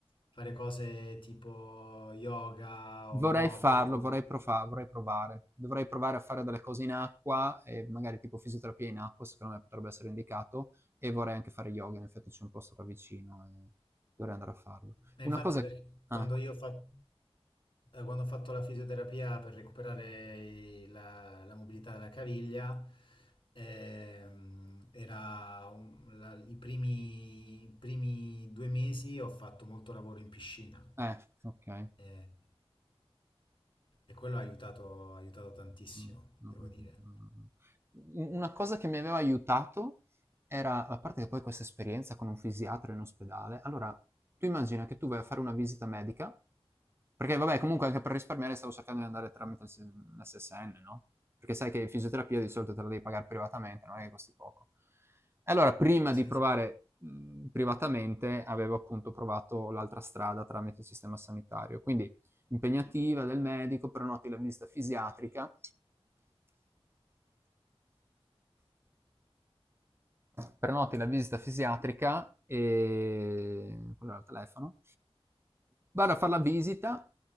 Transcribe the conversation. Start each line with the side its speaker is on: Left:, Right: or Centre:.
Left: fare cose tipo yoga
Right: Vorrei
Left: o nuoto,
Right: farlo, vorrei profa vorrei provare. Dovrei provare a fare delle cose in acqua e magari tipo fisioterapia in acqua, secondo me potrebbe essere indicato e vorrei anche fare yoga, in effetti c'è un posto qua vicino e dovrei andare a farlo.
Left: E
Right: Una
Left: infatti
Right: cosa
Left: perché
Right: eh,
Left: quando io ho fatto, quando ho fatto la fisioterapia per recuperare i- la, la mobilità della caviglia, ehm, era un- la- i primi, i primi due mesi ho fatto molto lavoro in piscina.
Right: eh, okay.
Left: Eh, E, quello ha aiutato, ha aiutato tantissimo,
Right: Mh, mh,
Left: devo
Right: mh,
Left: dire.
Right: mh, mh. U una cosa che mi aveva aiutato era a parte che poi questa esperienza con un fisiatra in ospedale allora, tu immagina che tu vai a fare una visita medica perché vabbè comunque anche per risparmiare stavo cercando di andare tramite il s l'SSN, no, perché sai che fisioterapia di solito te la devi pagare privatamente, non è che costi poco. E allora prima
Left: Sì.
Right: di provare, mhmm, privatamente avevo appunto provato l'altra strada tramite il sistema sanitario. Quindi impegnativa del medico, prenoti la visita fisiatrica. Prenoti la visita fisiatrica e quello era il telefono Vado a fare la visita,